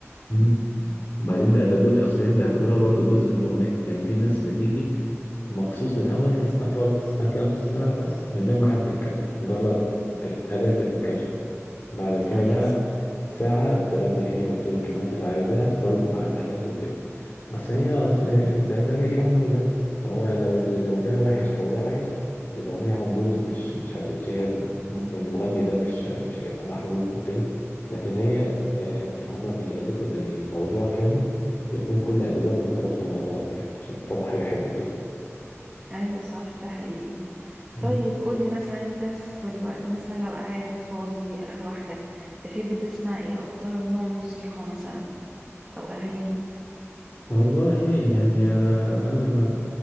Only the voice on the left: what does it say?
مم. وبعدين
ده ده جزء اصل هي بيعتبروها برضو جزء من الاغنيه يعني في ناس بتيجي مخصوص من الاول تسمع تقعد تسمع كده نص ساعه بس من غير ما حد يتكلم مجرد آه، آلات بتتكلم بعد كده
بقى
ساعه تغني هي وتقول الكلمات اللي عايزاها برضو مع الآلات وكده بس هي اصل ده ده بيكمل ده فهو لو لو ده وحش او ده وحش الاغنيه هتبوظ مش مش هتتشهر م- المغني ده مش مش هيبقى محبوب وكده لكن هي يعني هما بيألفوا زي موضوع كامل يكون كل اجزائه مترابطه مع بعض يعني عشان تطلع حاجه حلوه كده
مم.
والله يعني آه، انا لما